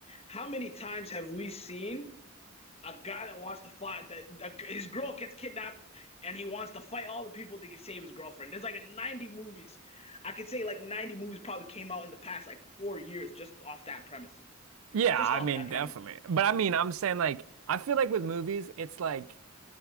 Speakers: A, on the left; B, on the right.
A: how many times have we seen a guy that wants to fight that, that his girl gets kidnapped and he wants to fight all the people to save his girlfriend. There's like 90 movies. I could say like 90 movies probably came out in the past like four years just off that premise.
B: Yeah,
A: Just
B: I
A: off
B: mean,
A: that
B: definitely.
A: premise.
B: But I mean, I'm saying like I feel like with movies, it's like